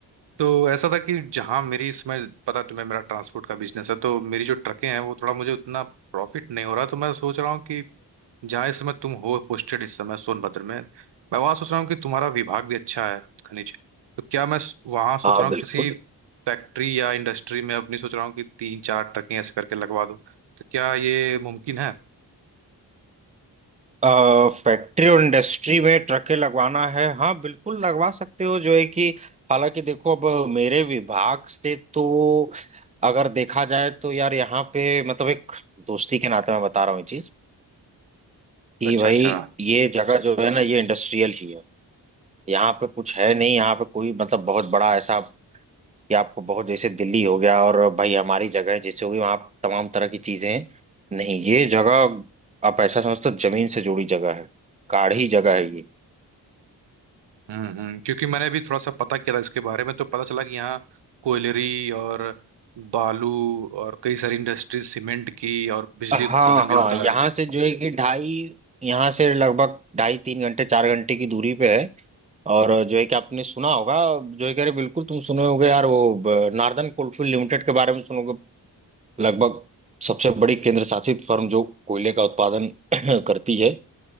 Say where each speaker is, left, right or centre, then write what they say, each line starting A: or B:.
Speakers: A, on the right; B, on the right.
A: तो ऐसा था कि जहाँ मेरी इसमें पता है तुम्हें मेरा ट्रांसपोर्ट का बिजनेस है तो मेरी जो ट्रकें हैं वो थोड़ा मुझे उतना प्रॉफिट नहीं हो रहा तो मैं सोच रहा हूँ कि जहाँ इस समय तुम हो पोस्टेड इस समय सोनभद्र में मैं वहाँ सोच रहा हूँ कि तुम्हारा विभाग भी अच्छा है खनिज तो क्या मैं स- वहाँ सोच
B: हाँ
A: रहा हूँ
B: बिल्कुल
A: किसी फैक्ट्री या इंडस्ट्री में अपनी सोच रहा हूँ कि तीन चार ट्रकें ऐसे करके लगवा दूँ तो क्या ये मुमकिन है
B: फैक्ट्री और इंडस्ट्री में ट्रकें लगवाना है हाँ बिल्कुल लगवा सकते हो जो है कि हालांकि देखो अब मेरे विभाग से तो अगर देखा जाए तो यार यहाँ पे मतलब एक दोस्ती के नाते मैं बता रहा हूँ ये चीज कि
A: अच्छा
B: भाई
A: अच्छा
B: ये जगह जो है ना ये इंडस्ट्रियल ही है यहाँ पे कुछ है नहीं यहाँ पे कोई मतलब बहुत बड़ा ऐसा कि आपको बहुत जैसे दिल्ली हो गया और भाई हमारी जगह है जैसे होगी वहाँ तमाम तरह की चीजें हैं नहीं ये जगह आप ऐसा समझते हो जमीन से जुड़ी जगह है गाढ़ी जगह है ये
A: हम्म हम्म, क्योंकि मैंने भी थोड़ा सा पता किया था इसके बारे में तो पता चला कि यहाँ कोयलरी और बालू और कई सारी इंडस्ट्रीज सीमेंट की और बिजली
B: हाँ
A: उत्पादन भी
B: हाँ
A: होता
B: यहाँ
A: है
B: से जो है कि ढाई यहाँ से लगभग ढाई तीन घंटे चार घंटे की दूरी पे है और जो है कि आपने सुना होगा जो है कि अरे बिल्कुल तुम सुने होगे यार वो ब- नार्दर्न कोलफील्ड लिमिटेड के बारे में सुनोगे लगभग सबसे बड़ी केंद्र शासित फर्म जो कोयले का उत्पादन <clears throat> करती है